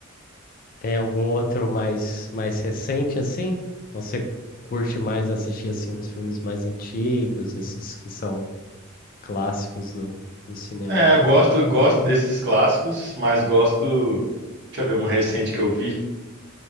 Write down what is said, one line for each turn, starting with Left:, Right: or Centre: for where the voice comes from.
Left: Tem algum outro mais, mais recente assim? Você curte mais assistir assim uns filmes mais antigos, esses que são clássicos do, do cinema?
Right: É, eu gosto, gosto desses clássicos, mas gosto. Deixa eu ver, um recente que eu vi.